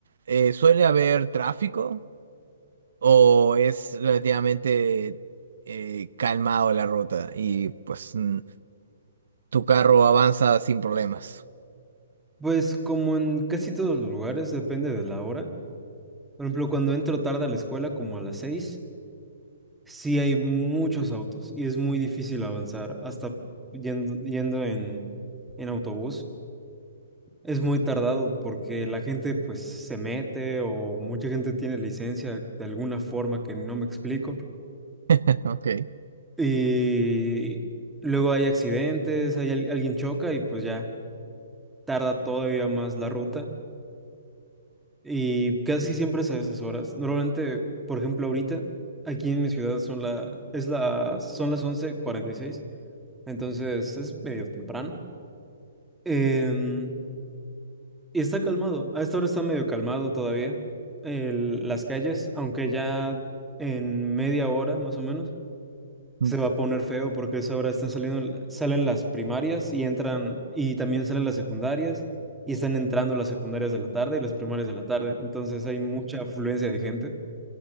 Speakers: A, on the right; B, in the centre.
A: eh, suele haber tráfico o es relativamente eh, calmado la ruta y pues mm, tu carro avanza sin problemas?
B: Pues como en casi todos los lugares, depende de la hora. Por ejemplo, cuando entro tarde a la escuela, como a las seis, sí hay muchos autos y es muy difícil avanzar. Hasta yendo, yendo en, en autobús, es muy tardado porque la gente pues se mete o mucha gente tiene licencia de alguna forma que no me explico.
A: <laughs> Ok.
B: Y luego hay accidentes, hay al- alguien choca y pues ya tarda todavía más la ruta y casi siempre es a esas horas. Normalmente, por ejemplo, ahorita aquí en mi ciudad son la, es la, son las once cuarenta y seis entonces es medio temprano. Em, y está calmado, a esta hora está medio calmado todavía el- las calles, aunque ya en media hora más o menos
A: Mm.
B: Se va a poner feo porque eso ahora están saliendo, salen las primarias y entran, y también salen las secundarias, y están entrando las secundarias de la tarde y las primarias de la tarde. Entonces hay mucha afluencia de gente.